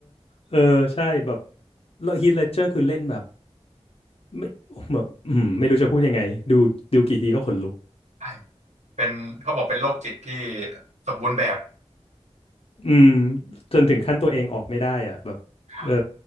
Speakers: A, on the left; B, on the right.
A: เออใช่แบบแล้วฮีทเลดเจอร์คือเล่นแบบไม่แบบอืมไม่รู้จะพูดยังไงดูดูกี่ทีก็ขนลุก
B: ใช่เป็นเขาบอกเป็นโรคจิตที่สมบูรณ์แบบ
A: อืมจนถึงขั้นตัวเองออกไม่ได้อ่ะแบบเออ
B: ครับ